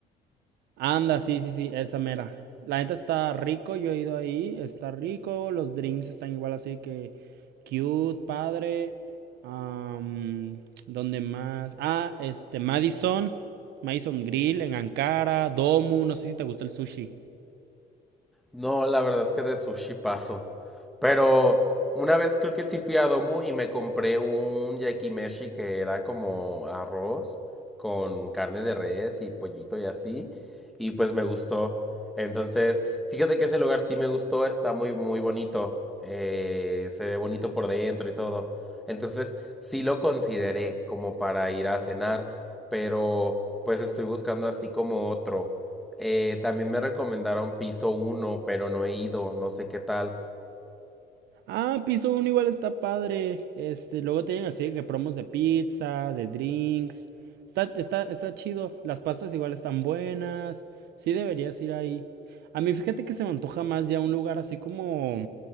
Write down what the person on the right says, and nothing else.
Anda, sí, sí, sí, esa mera. La neta está rico, yo he ido ahí, está rico. Los drinks están igual así que cute, padre. Am, ¿dónde más? Ah, este, Madison, Madison Grill en Ankara, Domu, no sé si te gusta el sushi.
Ah, piso uno igual está padre. Este, luego tienen así que promos de pizza, de drinks. Está, está, está chido. Las pastas igual están buenas. Sí deberías ir ahí. A mí fíjate que se me antoja más ya un lugar así como,